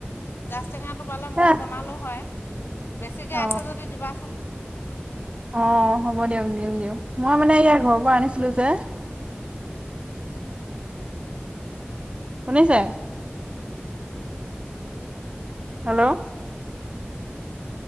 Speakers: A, on the left; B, on the right.
A: গাজ টেঙাটো পালে ময়ো
B: এ
A: বনালোঁ হয়, বেছিকৈ
B: অ
A: আছে যদি দিবাচোন।
B: অ', হ'ব দিয়ক দিয়ক নিম দিম মই মানে ইয়া ঘৰৰ পৰা আনিছিলো যে। শুনিছে? হেল্ল'?